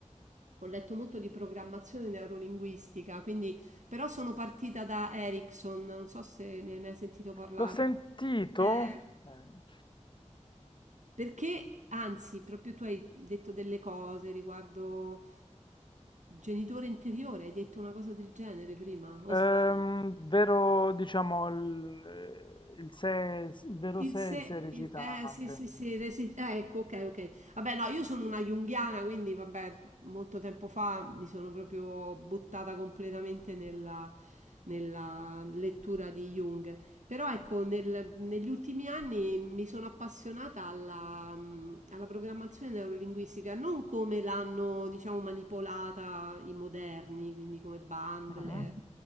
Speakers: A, on the right; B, on the left.
A: Ho letto molto di programmazione neurolinguistica, quindi però sono partita da Erickson, non so se ne hai mai sentito parlare.
B: L'ho sentito,
A: Eh,
B: eh,
A: perché, anzi, proprio tu hai detto delle cose riguardo genitore interiore, hai detto una cosa del genere prima, o
B: ehm,
A: sbaglio?
B: vero, diciamo, il, eh, il ses- il vero
A: Il
B: sé,
A: se,
B: e il sé recitante.
A: il- eh, sì, sì, sì, resi- eh, ecco, ok, ok. Vabbè, no, io sono una junghiana, quindi vabbè, molto tempo fa mi sono proprio buttata completamente nella, nella lettura di Jung. Però ecco, nel- negli ultimi anni mi sono appassionata alla, mh, alla programmazione neurolinguistica, non come l'hanno, diciamo, manipolata i moderni, quindi come Bandler,
B: Mhm,
A: Mhm.